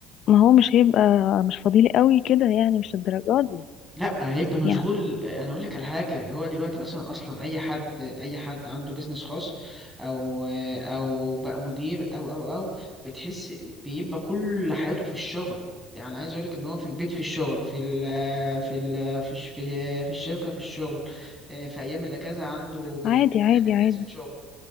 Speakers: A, on the left (about 60°); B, in the centre.
A: ما هو مش هيبقى مش فضيلي قوي كده يعني مش الدرجات دي
B: لا هيبقى مشغول
A: يعني
B: انا اقول لك على حاجة هو دلوقتي مثلا اصلا اي حد اي حد عنده بيزنس خاص او او بقى مدير او او او بتحس بيبقى كل حياته في الشغل يعني عايز اقول لك ان هو في البيت في الشغل في ال في ال في الش- في في الشركة في الشغل آه، في ايام الاجازة عنده بيقابل
A: عادي عادي عادي
B: ناس في الشغل